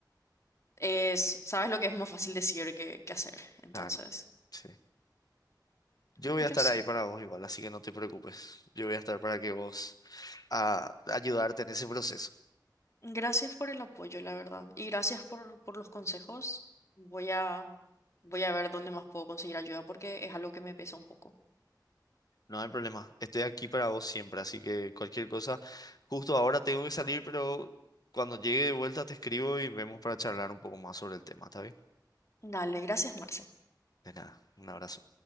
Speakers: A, on the left; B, on the left.
A: es, sabes lo que es más fácil decir que, que hacer, entonces,
B: Claro, sí. Yo voy
A: pero
B: a estar
A: sí.
B: ahí para vos igual, así que no te preocupes. Yo voy a estar para que vos... a ayudarte en ese proceso.
A: Gracias por el apoyo, la verdad. Y gracias por, por los consejos. Voy a, voy a ver dónde más puedo conseguir ayuda porque es algo que me pesa un poco.
B: No hay problema. Estoy aquí para vos siempre, así que cualquier cosa. Justo ahora tengo que salir, pero cuando llegue de vuelta te escribo y vemos para charlar un poco más sobre el tema, ¿está bien?
A: Dale, gracias, Marce.
B: De nada, un abrazo.